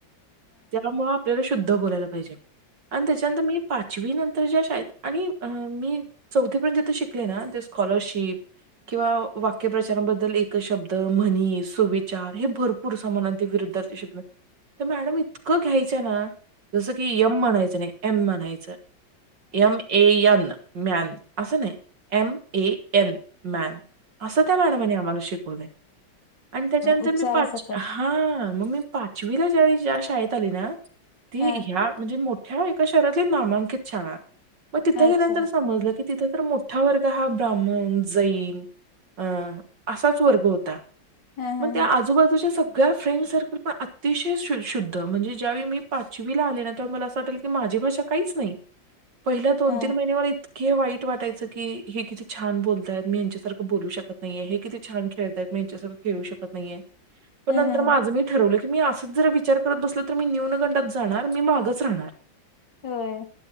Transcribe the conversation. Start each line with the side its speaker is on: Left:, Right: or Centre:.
Right: त्यामुळे आपल्याला शुद्ध बोलायला पाहिजे. आणि त्याच्यानंतर मी पाचवी नंतर ज्या शाळेत आणि अ मी चौथी पर्यंत जिथ शिकले ना ते स्कॉलरशिप किंवा वाक्यप्रचारबद दल एक शब्द म्हणी, सुविचार, हे भरपूर समानार्थी, विरुद्धचे शब्द तर मॅडम इतकं घ्यायचं ना जसं की यम म्हणायचं नाही एम म्हणायचं. M A N. मॅन असं नाही एम ए एन मॅन असं त्या मॅडमने आम्हाला शिकवलाय अन् त्याच्यानंतर
Left: उच्चारा
Right: मी पाच
Left: सकट
Right: हा मग मी पाचवीला ज्यावेळी ज्या शाळेत आली ना ती
Left: ह
Right: ह्या म्हणजे मो ठ्या एका शहरातली नामांकित शाळा मग तिथं
Left: अच्छा
Right: गेल्यानंतर समजलं की. तिथं तर मोठा वर्ग हा ब्राह्मण जैन अं असाच वर्ग होता
Left: ह ह
Right: मग त्या आजूबाजूच्या सग ळ्या फ्रेंड सर्कल पण अतिशय शु शुद्ध द्ध म्हणजे ज्यावेळी मी पाचवीला आले ना त्यावेळी मला असं वाटेल की माझी भाषा काहीच नाही. पहिल्या दोन
Left: ह
Right: तीन महिने मला इतके वाईट वाटायचं की हे किती छा छान बोलतायत मी यांच्यासारखं बोलू शकत नाहीये हे किती छान खेळतयत मी यांच्यासारखं खेळू शकत नाहीे ये. पण
Left: ह ह
Right: नंतर
Left: ह
Right: मग माझं मी ठरवले की. मी असंच जर विचार करत बसल तर मी न्यनगंडात जाणार मी मागच राहणार.
Left: होय.